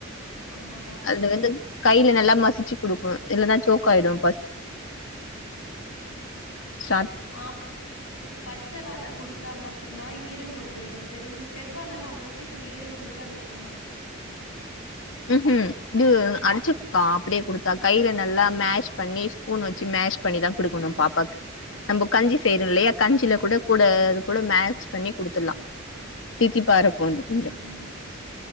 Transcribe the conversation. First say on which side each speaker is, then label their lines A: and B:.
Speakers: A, on the left; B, on the left.
A: ஆமா
B: அது வந்து கைல நல்லா மசிச்சு குடுக்கணு இல்லன்னா சோக்காயிடு பச ஸ்டார்ட்
A: ஆ பச்ச வாழ குடுத்தா மட்டுந்தா ஈரங்குடுக்கு எனக்கு தெரிஞ்சு செவ்வாழல்லா அவ்ளோ சீக் கிரோ ஈரோங்குடுக்காதேப்பா
B: ம் ஹூ இது அரச்சுக்கா அப்டியே குடுத்தா கையில நல்லா மேஷ் பண்ணி ஸ்பூன் வச் சி மேஷ் பண்ணிதா குடுக்கணு பாப்பாக்கு நம்போ கஞ்சி செய்றோ இல்லயா கஞ்சியில கூட கூட அது கூட மேட்ச் பண்ணி குடுத்துட்லா தித்திபா இருக்கு அது கொஞ்சோ
A: ம் ம்